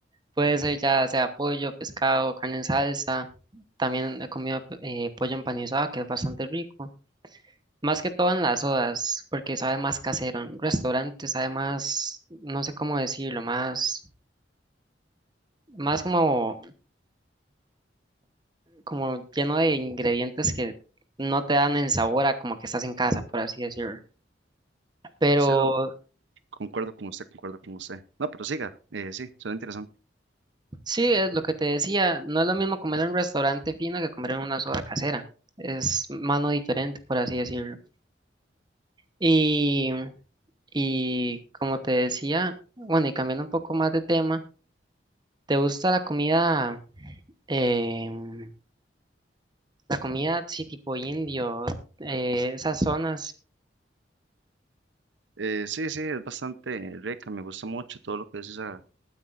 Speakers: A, on the right (about 25°); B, on the right (about 85°).
A: Puede ser ya sea pollo, pescado, carne en salsa. También he comido eh, pollo empanizado, que es bastante rico. Más que todo en las sodas, porque sabe más casero. En restaurantes sabe más, no sé cómo decirlo, más, más como, como lleno de ingredientes que no te dan el sabor a como que estás en casa, por así decirlo. Pero
B: Sí, no, concuerdo con usted, concuerdo con usted. No, pero siga, eh, sí, suena interesante.
A: sí, es lo que te decía, no es lo mismo comer en un restaurante fino que comer en una soda casera. Es mano diferente, por así decirlo. Y, y como te decía, bueno, y cambiando un poco más de tema, ¿te gusta la comida? em, La comida, sí, tipo indio, eh, esas zonas.
B: Eh, sí, sí, es bastante rica, me gusta mucho todo lo que es esa,